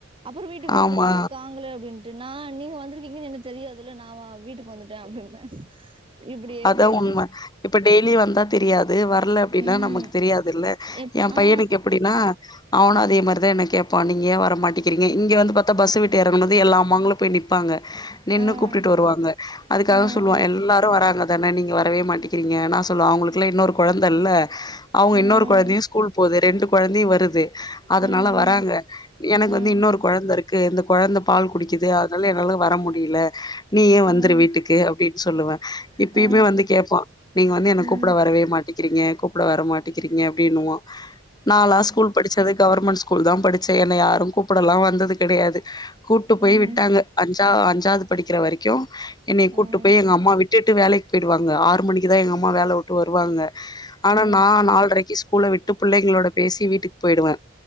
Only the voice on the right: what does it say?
அப்றோ வீட்டுக்கு வருவாங்க
காங்கள அப்டின் ட்டு நா நீங்க வந்திருக்கீங்கன் எனக் தெரியாதுல்ல நா வா வீட்டுக்கு வந்துட்ட அப்டின்னு இப்டியே
பேயிரு
ம்
எப்
ஆ
ஆ
ம்
ம்
ம்
ம்
ம்
ம்
ஆ
ம்
ம்
ம்
ம் ம்
ம் ம் ம் ம்